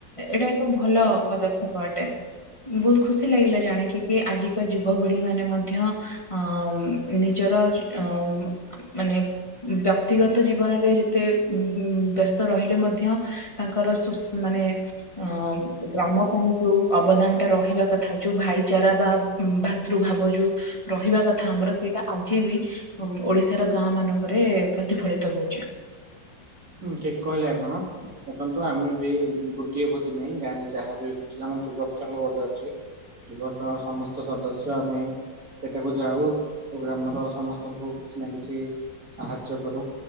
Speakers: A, on the left; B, on the right.
A: ଏଇଟା ଏକ ଭଲ ପଦକ୍ଷେପ ଅଟେ। ବହୁତ ଖୁସି ଲାଗିଲା ଜାଣିକି କି ଆଜିକା ଯୁବପିଢି ମାନେ ମଧ୍ୟ ଅ ନିଜର ଅ ମାନେ ବ୍ୟକ୍ତିଗତ ଜୀବନରେ ଯେତେ ଉ ବ୍ୟସ୍ତ ରହିଲେ ମଧ୍ୟ ତାଙ୍କର ସୁ ମାନେ ଅ ଗ୍ରାମ ପାଇଁ ଯୋଉ ଅବଦାନ ଟା ରହିବା କଥା। ଯୋଉ ଭାଇଚାରା ବା ଭାତୃଭାବ ଯୋଉ ରହିବା କଥା ଆମର ସେଇଟା ଆଜି ବି ଓଡିଶାର ଗାଁ ମାନଙ୍କରେ ପ୍ରତିଫଳିତ ହଉଛି।
B: ହୁଁ ଠିକ କହିଲେ ଆପଣ ଦେଖନ୍ତୁ ଆମେ ବି ଗୋଟିଏ ଭୋଜି ନାହିଁ ଗାଁରେ ଯାହାର ବି ଆ ଯୁବକ ସଂଘ ଗୋଟେ ଅଛି ଯୁବକ ସଂଘର ସମସ୍ତ ସଦସ୍ୟ ଆମେ ସେଠାକୁ ଯାଉ ଓ ଗ୍ରାମର ସମସ୍ତଙ୍କୁ କିଛି ନା କିଛି ସାହାଯ୍ୟ କରୁ